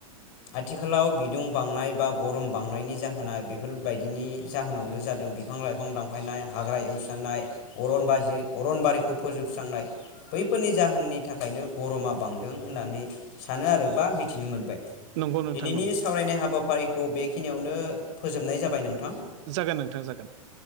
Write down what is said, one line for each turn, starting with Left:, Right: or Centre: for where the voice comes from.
Left: <unintelligible> आथिखालाव बिदुं बांनाय बा गरम बांनायनि जाहोना बेफोरबायदिनि जाहोनावनो जादों बिफां बिफां लाइफां दानफायनाय हाग्रा एवस्रनाय अरन बाज अरनबारिखौ फोजोबस्रांनाय बैफोरनि जाहोननि थाखायनो गरमा बांदों होननानै सानो आरो बा मिथिनो मोनबाय
Right: नंगौ नोंथां
Left: दिनैनि
Right: नंगौ
Left: सावरायनाय हाबाफारिखौ बेखिनियावनो फोजोबनाय जाबाय नोंथां
Right: जागोन नोंथां जागोन